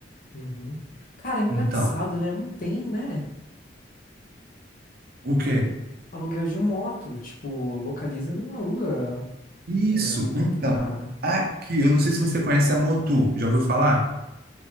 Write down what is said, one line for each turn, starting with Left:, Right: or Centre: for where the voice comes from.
Left: Uhum. Cara, é engraçado,
Right: Então,
Left: né? Não tem, né?
Right: o quê?
Left: Aluguel de moto. Tipo, localiza, não aluga
Right: Isso,
Left: é, moto,
Right: então,
Left: cara.
Right: aqui, eu não sei se você conhece a Motu, já ouviu falar?